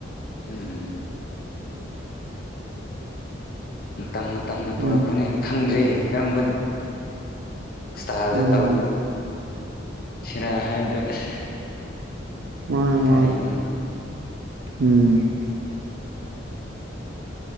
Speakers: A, on the left (about 50°); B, on the right (about 70°).
A: ꯎꯝ ꯃꯇꯝ ꯃꯇꯝꯅ
B: ꯎꯝ
A: ꯄꯨꯔꯛꯄꯅꯦꯅ ꯈꯪꯗ꯭ꯔꯦ ꯀꯔꯝꯕ ꯑꯁꯇꯥꯗ
B: ꯎꯝ
A: ꯇꯧ ꯁꯤꯔꯥ ꯍꯥꯏꯗꯣ ꯑꯁ
B: ꯃꯥ
A: ꯍꯟꯊꯔꯤꯅꯤꯅꯦ
B: ꯃꯥ ꯎꯝ